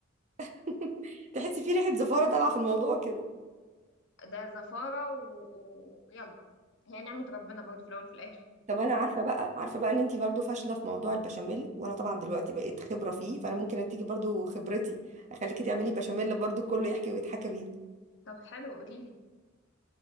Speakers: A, on the right (about 35°); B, on the left (about 65°).
A: <laughs> تحسي في ريحه زفاره طالعه في الموضوع كده
B: ده زفاره ويلا و... و- يلا. هي نعمه ربنا برضه في الاول وفي الاخر
A: طب انا عارفه بقى عارفه بقى ان انتي برضو فاشله في موضوع البشاميل وانا طبعا دلوقتي بقيت خبره فيه فانا ممكن اديكي برضو خبرتي اخليكي تعملي بشاميل برضو كله يحكي ويتحكى بيه
B: طب حلو قوليلي